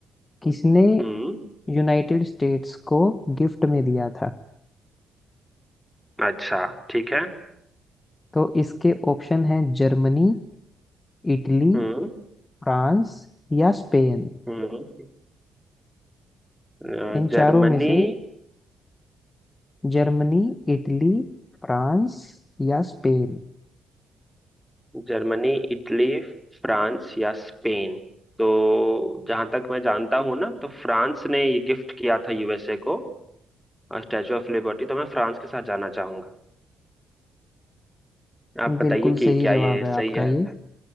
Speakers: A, on the left (about 25°); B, in the centre.
A: किसने
B: हम्म
A: यूनाइटेड स्टेट्स को गिफ्ट में दिया था
B: अच्छा ठीक है
A: तो इसके ऑप्शन है जर्मनी इटली
B: हम्म
A: फ्रांस या स्पेन
B: हम्म अ,
A: इन चारों
B: जर्मनी
A: में से जर्मनी इटली फ्रांस या स्पेन
B: जर्मनी इटली फ्रांस या स्पेन तो जहां तक मैं जानता हूं ना तो फ्रांस ने ये गिफ्ट किया था यूएसए को स्टैचू ऑफ लिबर्टी तो मैं फ्रांस के साथ जाना चाहूंगा आप बताइए
A: बिल्कुल
B: कि
A: सही
B: क्या
A: जवाब
B: ये
A: है
B: सही
A: आपका
B: है
A: ये